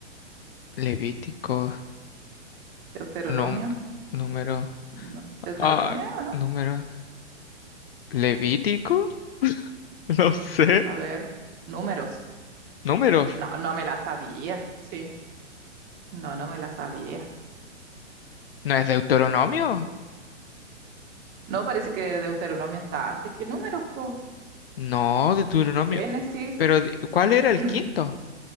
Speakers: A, on the left (about 55°); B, on the right (about 25°).
A: Levítico,
B: Deuteronomio.
A: num- número.
B: No, ¿Deuteronomio
A: Ah,
B: o no?
A: número. ¿Levítico? <laughs> No sé.
B: A ver, números.
A: ¿Números?
B: No, no me la sabía. Sí, no, no me la sabía.
A: ¿No es Deuteronomio?
B: No, parece que Deuteronomio está antes que números, po.
A: No, Deuteronomio.
B: Génesis.
A: Pero, di- ¿cuál era el
B: <clears throat>
A: quinto?